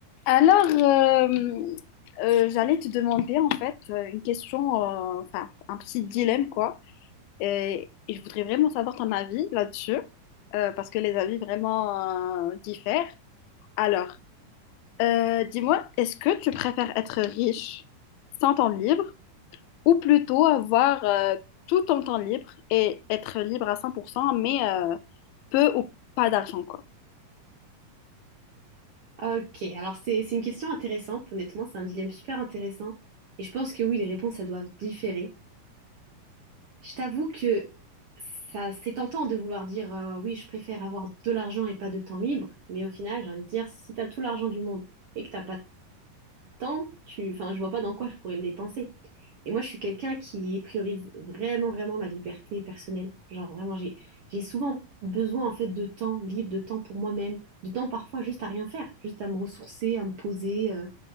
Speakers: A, on the left; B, on the right.
A: Alors, euh, euh, j'allais te demander en fait euh, une question, euh, enfin un petit dilemme quoi, et, et je voudrais vraiment savoir ton avis là-dessus, euh, parce que les avis vraiment euh, diffèrent. Alors, euh, dis-moi, est-ce que tu préfères être riche sans temps libre ou plutôt avoir euh, tout ton temps libre et être libre à 100% mais euh, peu ou pas d'argent quoi?
B: Ok, alors c'est c'est une question intéressante, honnêtement, c'est un dilemme super intéressant. Et je pense que oui, les réponses, elles doivent différer. Je t'avoue que ça, c'est tentant de vouloir dire euh, oui, je préfère avoir de l'argent et pas de temps libre, mais au final, j'ai envie de dire, si t'as tout l'argent du monde et que t'as pas de temps, tu, enfin, je vois pas dans quoi je pourrais le dépenser. Et moi, je suis quelqu'un qui priorise vraiment, vraiment ma liberté personnelle. Genre, vraiment, j'ai, j'ai souvent besoin, en fait, de temps libre, de temps pour moi-même, de temps parfois juste à rien faire, juste à me ressourcer, à me poser. euh,